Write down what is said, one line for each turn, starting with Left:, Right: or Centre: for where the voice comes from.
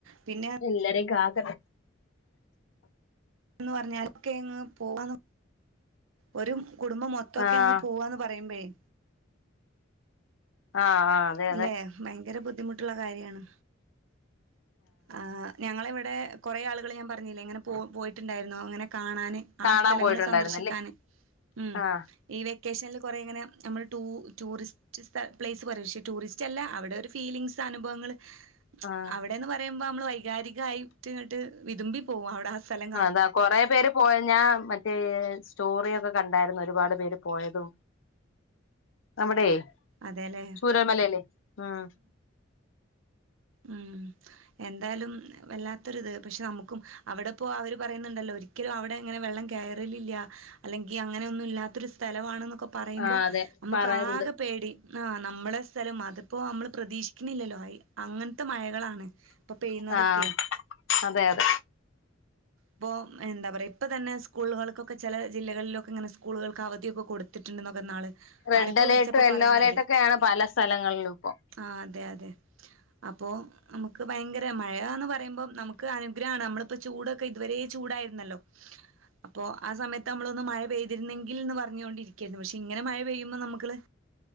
Right: പിന്നെ
Left: എല്ലരെയും കാക്കട്ടെ
Right: എന്ന് പറഞ്ഞാലൊക്കെ എങ്ങ് പോവാ നോ ഒരു കുടുംബം മൊത്തൊക്കെ
Left: ആഹ്
Right: അങ്ങ് പോവാന്ന് പറയുമ്പയേയ്
Left: ആഹ് ആഹ് അതെ
Right: അല്ലെ
Left: അതെ
Right: ഭയങ്കര ബുദ്ധിമുട്ടുള്ള കാര്യാണ് ആഹ് ഞങ്ങളിവിടെ കൊറേ ആളുകൾ ഞാൻ പറഞ്ഞില്ലേ ഇങ്ങനെ പോവാന് പോയിട്ടുണ്ടായിരുന്നു അങ്ങനെ കാണാൻ ആ
Left: കാണാൻ
Right: സ്ഥലങ്ങൾ
Left: പോയിട്ടുണ്ടായിരുന്നല്ലേ
Right: സന്ദർശിക്കാൻ ഉം
Left: ആഹ്
Right: ഈ വെക്കേഷനിൽ കൊറെ ഇങ്ങനെ നമ്മൾ ടൂ ടൂറിസ്റ്റ് സ്ഥ പ്ലേസ് പോലെ പക്ഷേ ടൂറിസ്റ്റ് റ്റല്ല അവിടെ ഒരു ഫീലിംങ്ങ്സ് അനുഭവങ്ങള്
Left: ആഹ്
Right: അവിടെന്ന് പറയുമ്പോ നമ്മള് വൈകാരികായിട്ട് ഇങ്ങട്ട് വിതുമ്പി പോവും അവിടെ ആ സ്ഥല
Left: ആഹ് അതാ കൊറേ പേര് പോയ ഞാൻ മറ്റേ സ്റ്റോറി ഒക്കെ കണ്ടായിരുന്നു ഒരുപാട് പേര് പോയതും അവിടെയ്
Right: അതെല്ലേ
Left: ചൂരൽമലയിലെ ഉം
Right: ഉം എന്തായാലും വല്ലാത്തൊരിത് പക്ഷെ നമുക്കും അവിടെ പോ അവര് പറയുന്നുണ്ടല്ലോ ഒരിക്കലും അവിടങ്ങനെ വെള്ളം കേറലില്ല അല്ലെങ്കിൽ അങ്ങനൊന്നും ഇല്ലാത്തൊരു സ്ഥലവാണെന്നും പറയുമ്പോ
Left: ആഹ് അതെ
Right: നമുക്ക്
Left: പറയണ്ട്
Right: ആകെ പേടി ആഹ് നമ്മളെ സ്ഥലം അതിപ്പോ നമ്മള് പ്രതീക്ഷിക്കുന്നില്ലല്ലോ ആയി അങ്ങനത്തെ മഴകളാണ് ഇപ്പൊ പെയ്യുന്നതൊക്കെയ്
Left: ആഹ് അതെ അതെ
Right: ഇപ്പോ എന്താ പറയാ ഇപ്പ തന്നെ സ്കൂളുകൾക്കൊക്കെ ചെല ജില്ലകളിലൊക്കെ ഇങ്ങനെ സ്കൂളുകൾക്ക് അവധിയൊക്കെ കൊടു ത്തിട്ടുണ്ടെന്നൊക്കെ ഇന്നാള്
Left: റെഡ്
Right: ആരൊക്കോ
Left: അലേർട്ടും
Right: വിളിച്ചപ്പോ
Left: യെല്ലോ
Right: പറയുന്നുണ്ട്.
Left: അലേർട്ടും ഒക്കെയാണ് പല സ്ഥലങ്ങളിലും ഇപ്പൊ
Right: ആഹ് അതെ അതെ അപ്പോ നമുക്ക് ഭയങ്കര മഴാന്ന് പറയുമ്പം നമുക്ക് അനുഗ്രഹാണ് നമ്മളിപ്പോ ചൂടൊക്കെ ഇതുവരെ ചൂടായിരുന്നല്ലോ അപ്പൊ ആ സമയത്ത് നമ്മളൊന്ന് മഴ പെയ്തിരുന്നെങ്കിൽ എന്ന് പറഞ്ഞോണ്ടിരിക്കായിരുന്നു പക്ഷെ ഇങ്ങനെ മഴ പെയ്യുമ്പോ നമ്മള്